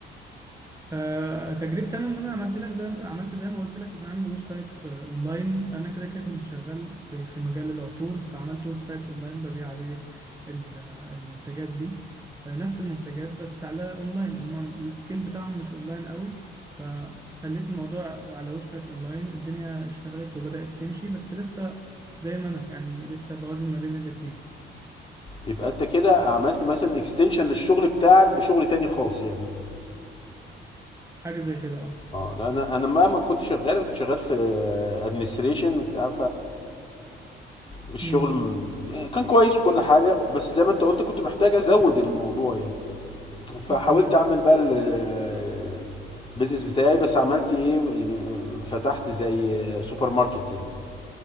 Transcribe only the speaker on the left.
يبقى انت كده عملت مثلا اكستنشن للشغل بتاعك بشغل تاني خاص يعني
اه لا انا انا ما ما كنت شغال انا كنت شغال في ادمنستريشن وبتاع فالشغل
م- كان كويس وكل حاجه بس زي ما انت قلت كنت محتاج ازود الموضوع يعني فحاولت
اعمل بقى ال- ال- البيزنس بتاعي بس عملت ايه يعني آه، فتحت زي آه، سوبر ماركت يعني